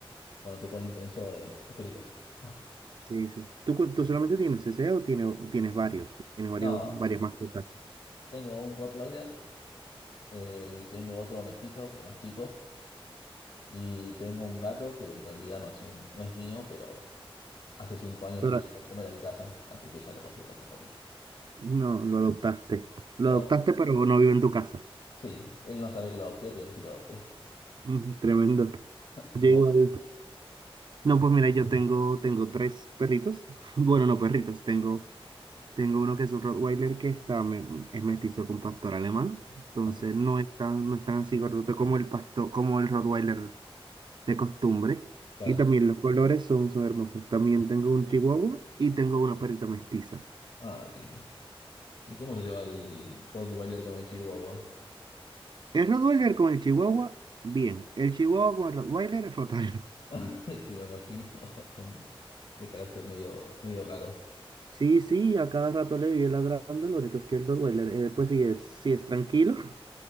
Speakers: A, on the left; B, on the right.
A: cuando se pone intenso es, es peligroso. <laughs>
B: Sí, sí. ¿Tú, cu- tú solamente tienes ese o tienes, o tienes varios? Tienes varios,
A: No,
B: varias mascotas.
A: tengo un Rottweiler eh, y tengo otro mestizo que es más chico. Y tengo un gato que en realidad no es un, no es mío, pero hace cinco años
B: Pero
A: que viene a comer a mi casa, así que ya lo considero un poco mío.
B: no, lo adoptaste. Lo
A: Lo,
B: adoptaste, pero no vive en tu casa.
A: sí, él no sabe que lo adopté, pero sí lo adopté.
B: <laughs> Ujú, Tremendo. Yo
A: ¿Y vos?
B: igual. No, pues mira, yo tengo, tengo tres perritos. <laughs> Bueno, no perritos, tengo, tengo uno que es un Rottweiler que está, me- es mestizo con pastor alemán. Entonces
A: ¿Así?
B: no es tan, no es tan así gordote como el pastor, como el Rottweiler de costumbre.
A: Claro.
B: Y también los colores son, son hermosos. También tengo un Chihuahua y tengo una perrita mestiza.
A: Ah, qué lindo. ¿Y cómo se lleva el Rottweiler con el Chihuahua?
B: El Rottweiler con el Chihuahua, bien. El Chihuahua con el Rottweiler, fatal. <laughs>
A: <laughs> Sí, me imagino. <laughs> Son de carácter medio, medio raro.
B: Sí, sí, a cada rato le vive ladrando. Lo único es que el Rottweiler, eh, pues sí es, sí es tranquilo.